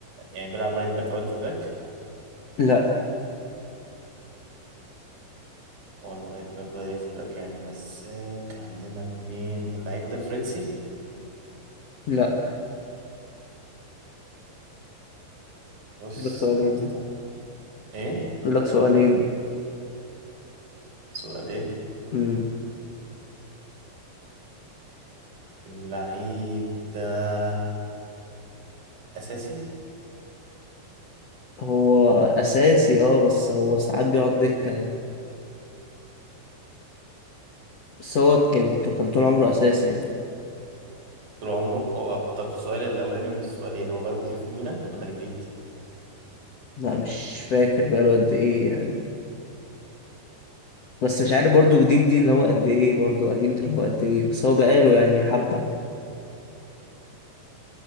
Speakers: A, on the right (about 45°); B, on the left (about 45°).
A: يعني بيلعب رايت باك او ليفت باك
B: لا
A: ولا رايت باك ولا ليفت باك يعني مساك عندنا اتنين اللعيب ده فرنسي
B: لا
A: بص
B: اقول لك سؤالين يعني.
A: طب ايه
B: اقول لك سؤالين
A: سؤالين
B: مم.
A: اللعيب ده اساسي
B: هو اساسي اه بس هو ساعات بيقعد دكة يعني بس هو كان كان طول عمره اساسي يعني
A: طول عمره هو طب السؤال الاولاني من السؤالين هو بقاله كتير في الميلان ولا جديد
B: لا مش فاكر بقاله قد ايه يعني بس مش عارف برضو جديد دي اللي هو قد ايه برضو قديم دي اللي هو قد ايه بس هو بقاله يعني حبة